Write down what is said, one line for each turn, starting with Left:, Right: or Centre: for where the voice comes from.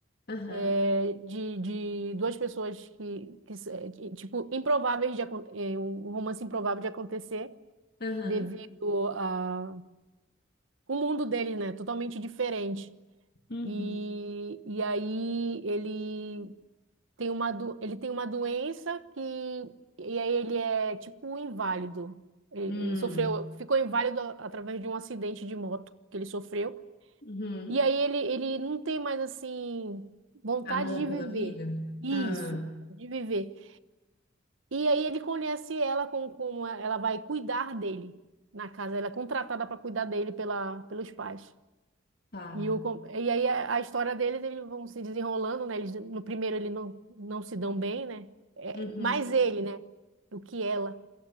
Left: Aham,
Right: é, de, de duas pessoas que, que s- é, de- tipo, improváveis de, acon- é, um um romance improvável de acontecer
Left: aham.
Right: devido a o mundo deles, né? Totalmente diferente.
Left: Uhum.
Right: E, e aí ele tem uma, do- ele tem uma doença que e aí ele é tipo inválido. Ele,
Left: Hum.
Right: ele sofreu, ficou inválido a- através de um acidente de moto que ele sofreu.
Left: Uhum.
Right: E aí ele, ele não tem mais assim vontade
Left: Amor
Right: de
Left: pela
Right: viver.
Left: vida?
Right: Isso,
Left: Ah,
Right: vontade de viver. E aí ele conhece ela como, como ela vai cuidar dele na casa. Ela é contratada para cuidar dele pela, pelos pais.
Left: tá.
Right: E, o, com- e aí a, a história deles, eles vão se desenrolando, né? Eles, no primeiro ele não, não se dão bem, né? É,
Left: Uhum.
Right: mais ele, né? Do que ela.